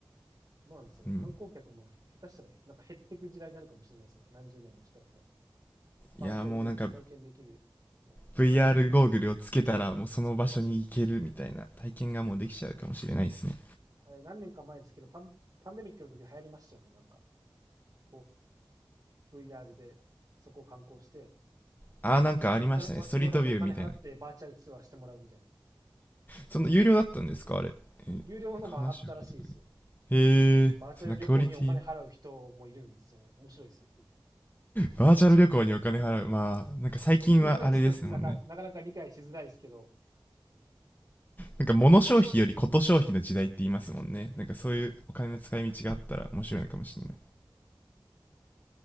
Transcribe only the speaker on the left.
うん
いやーもうなんか VR ゴーグルをつけたらもうその場所に行けるみたいな体験がもうできちゃうかもしれないですね
あーなんかありましたねストリートビューみたいな
その有料だったんですかあれ、えーなんか話を聞いたこと
へえそんなクオリティ
バーチャル旅行にお金払うまあなんか最近はあれですもんね
なんか物消費よりこと消費の時代って言いますもんねなんかそういうお金の使い道があったら面白いのかもしれない